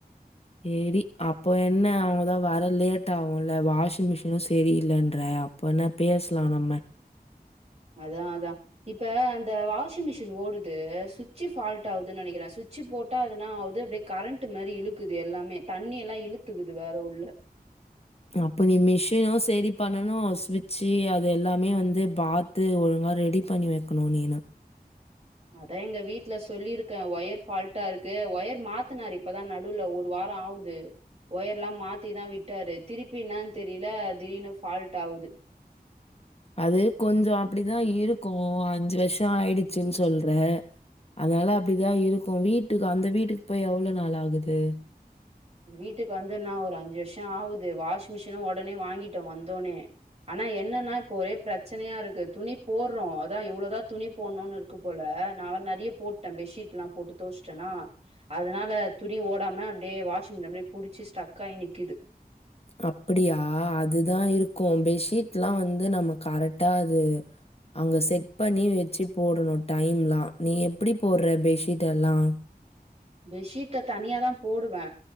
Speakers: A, on the left; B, on the right.
A: சேரி அப்போ என்ன அவங்கதா வர லேட் ஆகும்ல வாஷிங் மிஷினு சரியில்லன்ற அப்போ என்ன பேசலா நம்ம
B: அதா அதா இப்ப அந்த வாஷிங் மிஷின் ஓடுது சுவிட்சு ஃபால்ட் ஆவுதுன் நெனக்கிறே சுச்சு போட்டா அது என்னா ஆகுது அப்டியே கரண்ட் மாரி இழுக்குது எல்லாமே தண்ணி எல்லா இழுத்துக்குது வேற உள்ள
A: அப்ப நீ மிஷினும் சரி பண்ணனு சுவிட்சு அது எல்லாமே வந்து பாத்து ஒழுங்கா ரெடி பண்ணி வெக்கணும் நீன
B: அதா எங்க வீட்ல சொல்லிருக்க ஒயர் ஃபால்ட்டா இருக்கு ஒயர் மாத்தனாரு இப்பதா நடுல ஒரு வாரம் ஆவுது ஒயர் எல்லா மாத்திதான் விட்டாரு திருப்பனு தெரியல திடீனு ஃபால்ட் ஆவுது
A: அது கொஞ்சம் அப்படிதா இருக்கும் அஞ்சு வருஷம் ஆயிடுச்சுன்னு சொல்ற அதனால அப்டிதா இருக்கும் வீட்டுக்கு அந்த வீட்டுக்கு போய் எவ்ளோ நாள் ஆகுது
B: வீட்டுக்கு வந்துனா ஒரு அஞ்சு வருஷம் ஆவுது வாஷிங் மிஷினும் உடனே வாங்கிட்டோ வந்தோனே ஆனா என்னன்னா இப்ப ஒரே பிரச்சனையா இருக்கு துணி போர்றோ அதா இவ்வளோ தா துணி போணும்னு இருக்கு போல நா வேற நறிய போட்டேன் பெட்ஷீட் எல்லாம் போட்டு தோச்சுட்டேன்னா அதனால துணி ஓடாம அப்டியே வாஷ் அப்டியே புடிச்சு ஸ்டக் ஆகி நிக்கிது
A: அப்டியா அதுதா இருக்கு பெட்ஷீட்லா வந்து நம்ம கரெக்டா அது அங்க செட் பண்ணி வச்சு போடணும் டைம்ல்லா நீ எப்படி போடுற பெட்ஷீட் எல்லா
B: பெட்ஷீட்ட தனியா தா போடு பே